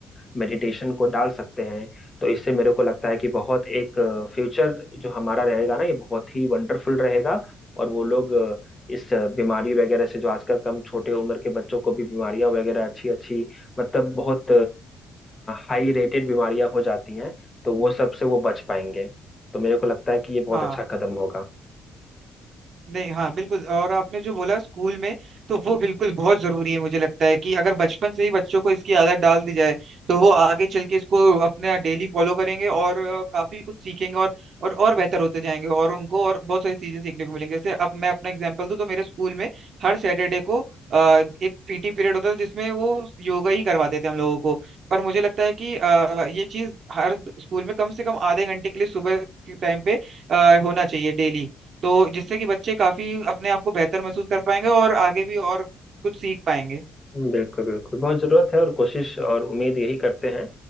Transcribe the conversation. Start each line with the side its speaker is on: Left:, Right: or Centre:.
Left: मेडिटेशन को डाल सकते हैं तो इससे मेरे को लगता है कि बहुत एक फ्यूचर जो हमारा रहेगा ना ये बहुत ही वंडरफुल रहेगा और वो लोग अ, इस अ, बीमारी वगैरह से जो आजकल कम छोटे उम्र के बच्चों को भी बीमारियां वगैरह अच्छी अच्छी मतलब बहुत हाई रेटेड बीमारियां हो जाती हैं तो वो सब से वो बच पाएंगे तो मेरे को लगता है कि ये बहुत
Right: हाँ
Left: अच्छा कदम होगा
Right: नहीं हाँ बिल्कुल और आपने जो बोला स्कूल में तो वो बिल्कुल बहुत जरूरी है मुझे लगता है कि अगर बचपन से ही बच्चों को इसकी आदत डाल दी जाए तो वो आगे चल के इसको अपने डेली फॉलो करेंगे और अ, काफी कुछ सीखेंगे और और और बेहतर होते जाएंगे और उनको और बहुत सारी चीजें सीखने को मिलेंगी जैसे अब मैं अपना एग्जांपल दूं तो मेरे स्कूल में हर सैटरडे को अ, एक पीटी पीरियड होता था जिसमें वो योगा ही करवाते थे हम लोगों को पर मुझे लगता है कि अ, ये चीज हर स्कूल में कम से कम आधे घंटे के लिए सुबह के टाइम पे अ, होना चाहिए डेली तो जिससे कि बच्चे काफी अपने आप को बेहतर महसूस कर पाएंगे और आगे भी और कुछ सीख पाएंगे
Left: हम्म, बिल्कुल बिल्कुल बहुत जरूरत है और कोशिश और उम्मीद यही करते हैं